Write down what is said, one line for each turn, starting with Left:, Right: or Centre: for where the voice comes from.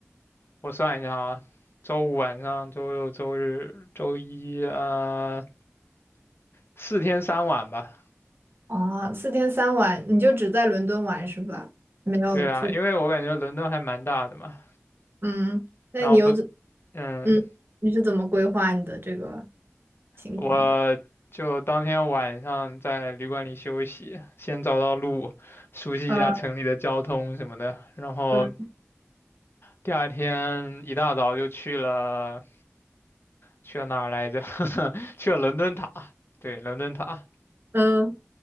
Left: 我算一下啊，周五晚上、周六、周日、周一，呃，四天三晚吧。
Right: 哦，四天三晚，你就只在伦敦玩是吧？没有去，
Left: 对啊，因为我感觉伦敦还蛮大的嘛，
Right: 嗯，那你又怎，
Left: 然后不，嗯，
Right: 嗯，你是怎么规划你的这个行程的？
Left: 我就当天晚上在旅馆里休息，先找到路，熟悉一下城里的交通什么的，
Right: 呃，
Left: 然后
Right: 嗯
Left: 第二天一大早就去了，去了哪儿来着？去了伦敦塔，对，伦敦塔，
Right: 嗯，